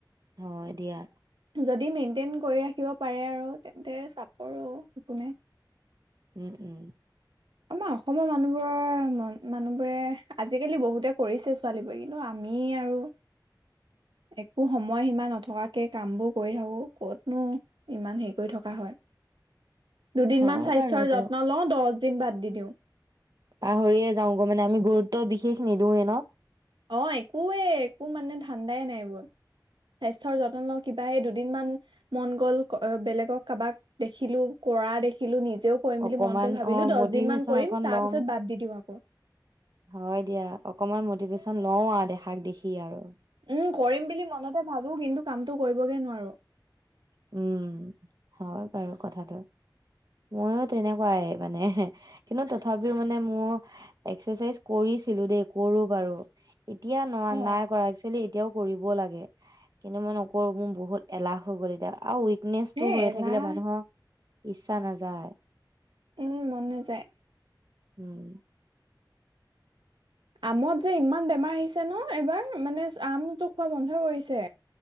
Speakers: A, on the right (about 55°); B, on the right (about 80°).
A: হয় দিয়া
B: যদি মেইনটেইন কৰি ৰাখিব পাৰে আৰু তেন্তে চাপোৰো একো নাই।
A: উম উম
B: আমাৰ অসমৰ মানুহবোৰৰ ম মানুহবোৰে আজিকালি বহুতে কৰিছে ছোৱালীবোৰে কিন্তু আমি আৰু একো সময়সীমা নথকাত কে কামবোৰ কৰি থাকো ক'তনো ইমান হেৰি কৰি থকা হয় দুদিনমান
A: হয়
B: স্বাস্থ্যৰ
A: বাৰু এইটো
B: যত্ন লওঁ দহ দিন বাদ দি দিওঁ
A: পাহৰিয়ে যাও গৈ মানে আমি গুৰুত্ব বিশেষ নিদিওঁয়ে ন
B: অ একৱে একো মানে ধাণ্ডাই নাই এইবোৰ স্বাস্থ্যৰ যত্ন লগত কিব দুদিন মান মন গ'ল বেলেগক কাৰোবাক দেখিলো কৰা দেখিলো নিজ নিজেও কৰিম
A: অকমান
B: বুলি মনতে ভাবিলো
A: অ
B: দহ
A: মটিভেশ্যন
B: দিন মান কৰিম
A: অকন
B: তাৰ
A: ল'ম
B: পিছত বাদ দি দিওঁ আকৌ।
A: হয় দিয়া অকমান মটিভেশ্যন লও আৰু দেখাক দেখি আৰু
B: উম কৰিম বুলি মনতে ভাবো কিন্তু কামটো কৰিবগে নোৱাৰো
A: উম, হয় বাৰু কথাটো ময়ো তেনেকুৱাই মানে কিন্তু তথাপিও মানে মই এক্সাৰচাইজ কৰিছিলো দেই কৰো বাৰু এতিয়া ন
B: অ
A: নাই কৰা একচোৱালি এতিয়াও কৰিব লাগে কিন্তু মই নকৰো মোৰ বহুত এলাহ হৈ গ'ল এতিয়া আৰু ৱিক নেচটো
B: এ
A: হৈয়ে
B: এলাহ।
A: থাকিলে মানুহৰ ইচ্ছা নাযায়
B: উম মন নাযায়
A: উম
B: আমত যে ইমান বেমাৰ আহিছে ন এই বাৰ, মানে আমতো খোৱা বন্ধ কৰিছে,